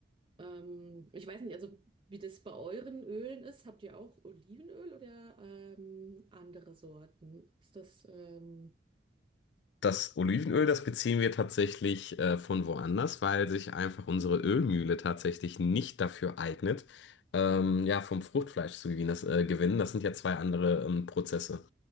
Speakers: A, on the right; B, on the left.
A: Ähm, ich weiß nicht, also wie das bei euren Ölen ist. Habt ihr auch Olivenöl oder ähm, andere Sorten? Ist das, ähm,
B: Das Olivenöl, das beziehen wir tatsächlich äh, von woanders, weil sich einfach unsere Ölmühle tatsächlich nicht dafür eignet, ähm,
A: aha.
B: ja, vom Fruchtfleisch zu gewinnen. Das, äh, gewinnen. Das sind ja zwei andere ähm, Prozesse.